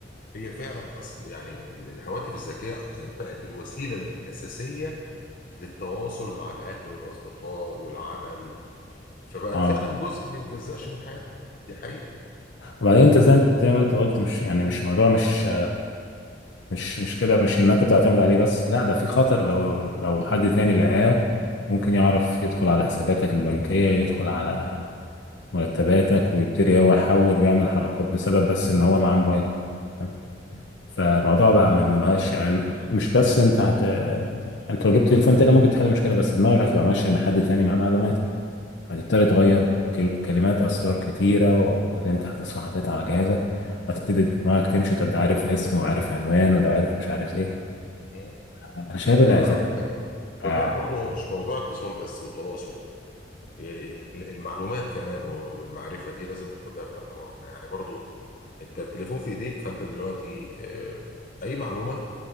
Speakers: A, on the left (about 50°); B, on the left (about 80°).
A: هي فعلا أص- يعني ال- الهواتف الذكيه بقت الوسيله الاساسيه للتواصل مع الاهل والاصدقاء والعمل و... فبقت
B: اه
A: فعلا جزء ما يتجزاش من حياتنا دي حقيقه
B: وبعدين انت زي زي ما انت قلت مش يعني مش موضوع مش مش مش كده مش ان انت بتعتمد عليه بس لا ده في خطر لو لو حد تاني لقاه ممكن يعرف يدخل على حساباتك البنكية يدخل على مرتباتك ويبتدي هو يحول ويعمل حركات بسبب بس ان هو معاه موبايلك تمام فالموضوع
A: م-
B: بقى ما ما بقاش يعني مش بس انت هت انت لو جبت تليفون تاني ممكن تحل المشكله بس دماغك هتبقى ماشيه ان حد تاني معاه معلوماتك هتبتدي تغير كل- كلمات اسرار كتيره و- اللي انت هتصحى حاططها على جهازك وهتبتدي دماغك تمشي طب ده عارف اسم وعارف عنوان وده عارف مش عارف ايه
A: م.
B: انا شايف الاعتماد
A: خد بالك خد
B: اه
A: بالك برضه هو مش موضوع اتصال بس وتواصل يعني ال- ال- المعلومات كمان و- والمعرفة دي لازم ناخدها في اعتبارنا يعني برضه انت التليفون في ايديك فانت دلوقتي آه، اي معلومة